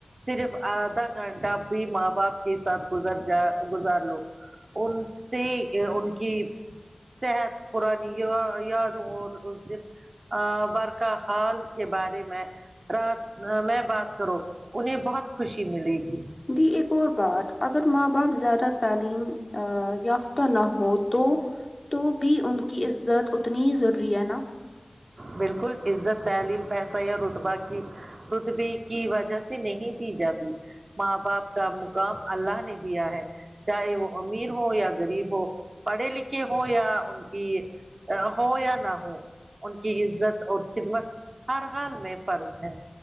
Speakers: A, on the right; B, on the left.
A: صرف آدھا گھنٹہ بھی ماں باپ کے ساتھ گزر جا گزار لو ان سے ان کی صحت پرانی یا یاد وہ اس دن برقا حال کے بارے میں رات میں بات کرو انہیں بہت خوشی ملے گی
B: دی اک اور بات اگر ماں باپ زیادہ تعلیم آ یافتہ نہ ہو تو تو بھی ان کی عزت اتنی ہی ضروری ہے نا
A: بالکل عزت تعلیم پیسہ یا رتبہ کی رتبے کی وجہ سے نہیں دی جاتی ماں باپ کا مقام اللہ نے دیا ہے چاہے وہ امیر ہو یا غریب ہو پڑھے لکھے ہو یا ان کی ہو یا نہ ہو ان کی عزت اور خدمت ہر حال میں فرض ہے